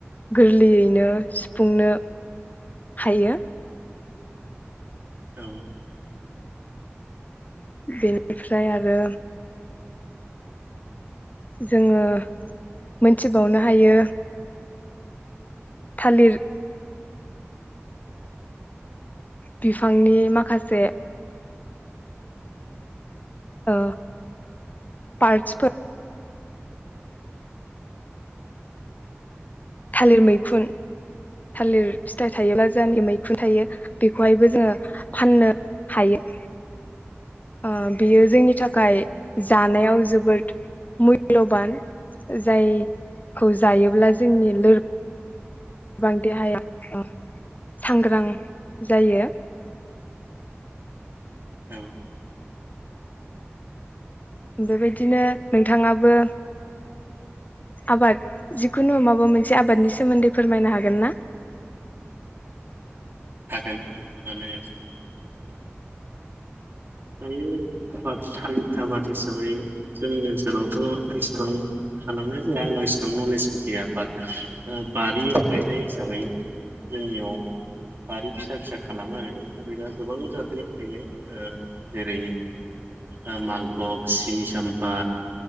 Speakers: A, on the left (about 35°); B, on the right (about 50°).
A: गोरलैयैनो सुफुंनो हायो।
B: औ।
A: बेनिफ्राय आरो जोङो मोनथिबावनो हायो थालिर बि फांनि माखासे। ओ पार्टसफोर थालिर मैखुन थालिर फिथाइ थायोब्ला जानि मैखुन थायो बेखौहायबो जोङो फाननो हायो। ओ बेयो जोंनि थाखाय जानायाव जोबोद मुल्यबान जाय खौ जायोब्ला जोंनि लोर बां देहाया अ सांग्रां जायो।
B: उम
A: बेबायदिनो नोंथाङाबो आबाद जिखुनु माबा मोनसे आबादनि सोमोन्दै फोरमायनो हागोन ना?
B: हागोन माने दायो आबाद थालि आबाद हिसाबै जोंनि ओनसोलावथ एसेबां खालामनाय जाया आंनाव इसेबां नलेजबो गैया बाट ओ बारियाव गायनाय हिसाबै जोंनियाव बारि फिसा फिसा खालामो आरो थालिरा गोबां जादनि थायो ओ जेरै ओ मालफग सिनि साम्फा